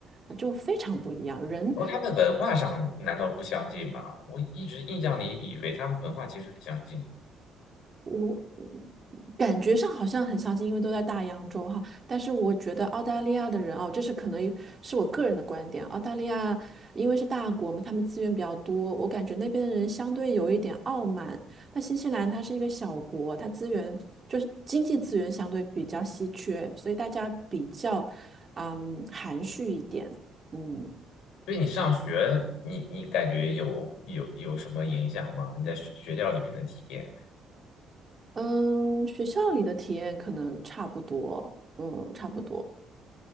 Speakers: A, on the right; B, on the left.
A: 呃就非常不一样。人
B: 哦，他们文化上难道不相近吗？我一直印象里以为他们文化其实很相近。
A: 我感觉上好像很相近，因为都在大洋洲哈。但是我觉得澳大利亚的人哦，这是可能是我个人的观点。澳大利亚因为是大国嘛，他们资源比较多，我感觉那边的人相对有一点傲慢。那新西兰它是一个小国，它资源就是经济资源相对比较稀缺，所以大家比较嗯含蓄一点。嗯
B: 对你上学，你你感觉有有有什么影响吗？你在学学校里面的体验？
A: 嗯，学校里的体验可能差不多，嗯，差不多。